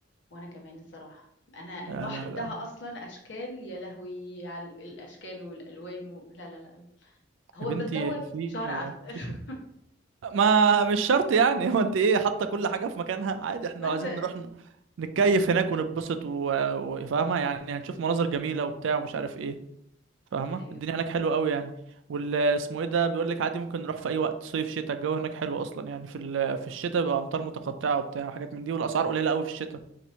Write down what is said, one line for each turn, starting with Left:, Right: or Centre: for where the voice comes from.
Left: وانا كمان الصراحة انا البحر
Right: لا لا
Left: بتاعها
Right: لا
Left: اصلا اشكال يا لهوي على الاشكال والالوان و... لا لا لا هو
Right: يا بنتي
Left: بس دوت
Right: في
Left: شهر عسل <laughs>
Right: في شيء ما مش شرط يعني <laughs> هو انت ايه حاطة كل حاجة في مكانها عادي احنا
Left: ما
Right: لو
Left: انت
Right: عايزين نروح ن- نتكيف هناك ونتبسط و- وفاهمة يعني هنشوف مناظر جميلة وبتاع ومش عارف ايه فاهمة
Left: ده هي
Right: الدنيا هناك حلوة قوي يعني وال اسمه ايه ده بيقول لك عادي ممكن نروح في اي وقت صيف شتاء الجو هناك حلو اصلا يعني في ال... في الشتاء بيبقى امطار متقطعة وبتاع وحاجات من دي والاسعار قليلة قوي في الشتاء